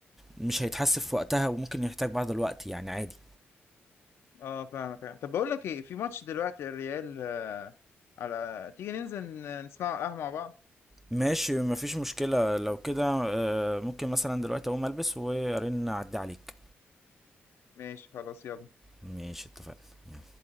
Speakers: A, in the centre; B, on the left.
A: مش هيتحسب في وقتها وممكن يحتاج بعض الوقت يعني عادي
B: اه فاهمك يعني. طب بقول لك ايه في ماتش دلوقتي الريال آه، على تيجي ننزل ن- نسمعه على القهوه مع بعض
A: ماشي مفيش مشكلة لو كده آه، ممكن مثلا دلوقتي اقوم البس وارن اعدي عليك
B: ماشي خلاص يلا
A: ماشي اتفقنا